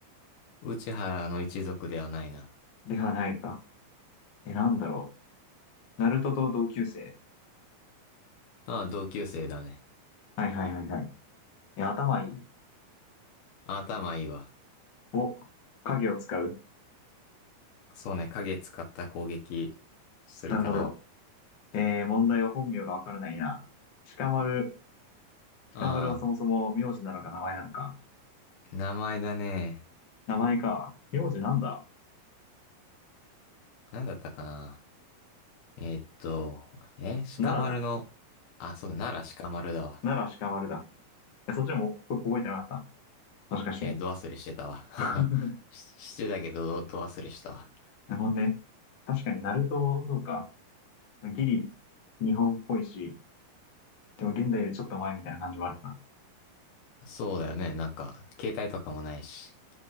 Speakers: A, on the left (about 80°); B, on the left (about 45°).
A: 内原の一族ではないな。
B: ではないか。え、なんだろう。ナルトと同級生。
A: ああ、同級生だね。
B: はいはいはいはい。え、頭いい。
A: ああ、頭いいわ。
B: お、影を使う。
A: そうね、影使った攻撃するかな。
B: なるほど。えー、問題は本名がわからないな。鹿丸。
A: あ
B: 鹿丸はそもそも名字なのか名前なのか。
A: あ、名前だね。
B: 名前か。名字なんだ
A: なんだったかな。えーっと、え、
B: 奈良だ。
A: 鹿丸の、あ、そうだ、奈良鹿丸だわ。
B: 奈良鹿丸だ。え、そっちもこ覚えてなかった。もしかして。
A: えー、ど忘れしてたわ。
B: <laughs>
A: <laughs> し、してたけど、ど、ど忘れしたわ。
B: なるほどね。確かに、ナルト、そうか。ギリ、日本っぽいし、でも現代よりちょっと前みたいな感じもあるか。
A: そうだよね。なんか、携帯とかもないし。